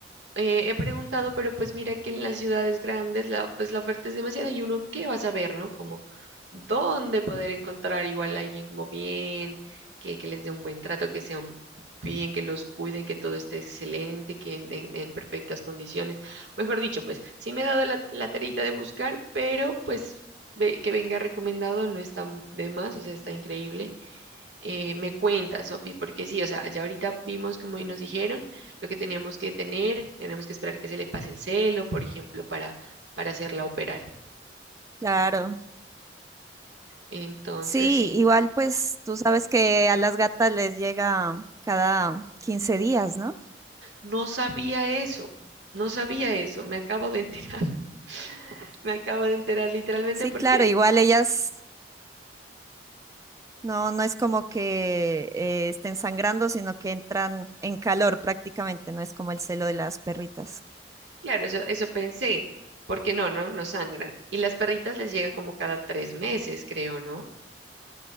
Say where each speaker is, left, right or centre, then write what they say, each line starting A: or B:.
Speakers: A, on the right; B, on the right.
A: eh, he preguntado, pero pues mira que en las ciudades grandes la, pues la oferta es demasiada y uno qué va a saber, ¿no? Como dónde poder encontrar igual a alguien como bien, que, que les dé un buen trato, que sean bien, que los cuiden, que todo esté excelente, que en, en- en perfectas condiciones. Mejor dicho, pues sí me he dado la, la tarita de buscar, pero pues ve- que venga recomendado no está de más, o sea, está increíble eh, me cuenta, Sofi, porque sí, o sea, ya ahorita vimos como y nos dijeron lo que teníamos que tener, tenemos que esperar que se le pase el celo, por ejemplo, para, para hacerla operar.
B: Claro.
A: Entonces,
B: Sí,
A: sí,
B: igual pues tú sabes que a las gatas les llega cada 15 días, ¿no?
A: no sabía eso, no sabía eso, me acabo de enterar, <laughs> me acabo de enterar literalmente
B: Sí,
A: porque,
B: claro, igual ellas no, no es como que eh, estén sangrando, sino que entran en calor prácticamente, no es como el celo de las perritas.
A: claro, eso, eso pensé, porque no, no, no sangran. Y las perritas les llega como cada tres meses, creo, ¿no?